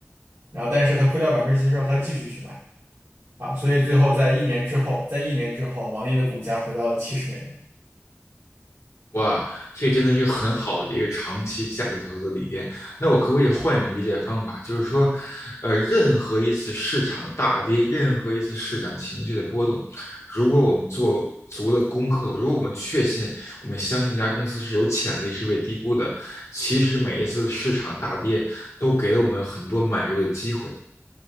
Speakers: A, on the right; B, on the left.
A: 然后，但是他亏掉百分之七十之后，他继续去买。啊，所以最后在一年之后，在一年之后，网易的股价回到了七十美元。
B: 哇，这真的是很好的一个长期价值投资理念。那我可不可以换一种理解方法，就是说，呃，任何一次市场的大跌，任何一次市场情绪的波动，如果我们做足了功课，如果我们确信，我们相信这家公司是有潜力，是被低估的，其实每一次市场大跌都给了我们很多买入的机会。